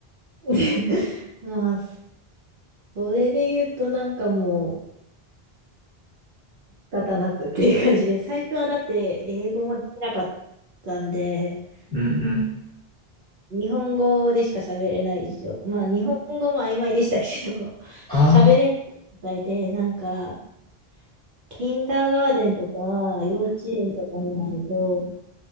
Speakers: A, on the right (about 60°); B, in the centre.
A: <laughs> まあ、それで言うとなんかもう仕方なくっていう感じで、最初はだって英語もできなかったんで、
B: うんうん。
A: 日本語でしか喋れない以上、まあ日本語も曖昧でしたけど、<laughs>
B: あ
A: 喋れない状態で、なんか、キンダーガーデンとか、幼稚園とかになると、